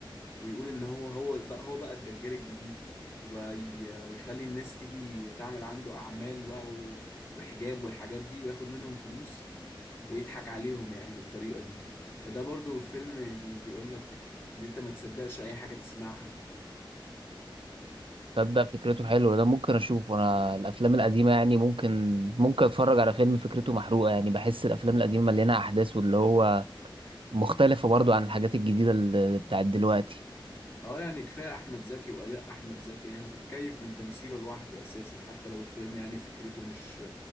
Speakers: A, on the left (about 25°); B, on the right (about 80°).
A: ويقول إن هو هو بقى هو بقى الدجال الجديد وبقى ي- يخلي الناس تيجي تعمل عنده أعمال بقى و- وحجاب والحاجات دي وياخد منهم فلوس ويضحك عليهم يعني بالطريقة دي فده برضو فيلم يعني بيقول لك ان انت ما تصدقش اي حاجة تسمعها
B: تصدق فكرته حلوة ده ممكن اشوفه انا الافلام القديمة يعني ممكن ممكن اتفرج على فيلم فكرته محروقة يعني بحس الافلام القديمة مليانة احداث واللي هو مختلفة برضو عن الحاجات الجديدة اللي بتاعت دلوقتي
A: اه يعني كفاية احمد زكي واداء احمد زكي يعني هتتكيف من تمثيله لوحده اساسا حتى لو الفيلم يعني فكرته مش